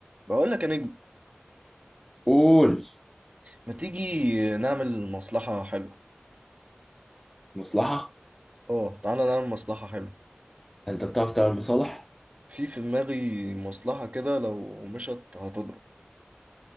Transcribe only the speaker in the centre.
قول
مصلحة
انت بتعرف تعمل مصالح